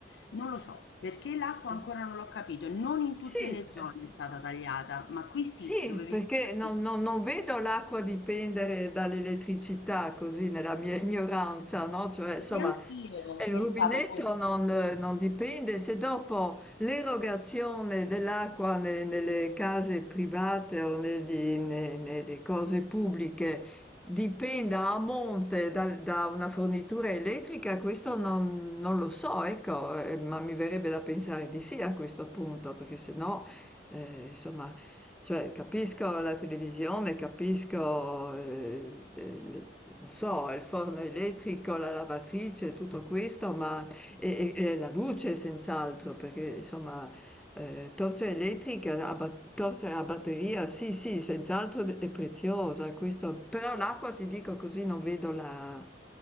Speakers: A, on the left; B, in the centre.
A: Non lo so, perché l'acqua
B: Sì.
A: ancora non l'ho capito, non in tutte
B: sì.
A: le zone
B: eh.
A: è stata tagliata, ma qui sì,
B: Sì,
A: dove vivo
B: perché
A: io
B: non
A: sì.
B: non non vedo l'acqua dipendere dall'elettricità così nella mia <laughs> ignoranza, no, cioè insomma,
A: Neanch'io
B: ehm,
A: pensavo
B: il rubinetto
A: fosse
B: non eh, non dipende se dopo l'erogazione dell'acqua ne nelle case private o negli ne nelle cose pubbliche dipenda a monte dal da una fornitura elettrica, questo non non lo so, ecco, ehm, ma mi verrebbe da pensare di sì a questo punto, perché se no, ehm, insomma cioè, capisco la televisione, capisco, ehm, le le non so, il forno elettrico, la lavatrice, tutto questo, ma e e e la luce senz'altro, perché insomma, ehm, torcia elettrica a ba torcia a batteria, sì, sì, senz'altro d è preziosa, questo però l'acqua ti dico così non vedo la